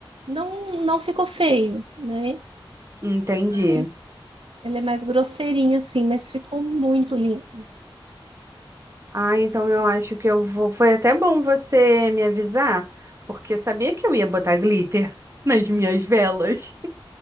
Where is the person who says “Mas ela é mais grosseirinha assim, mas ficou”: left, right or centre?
Right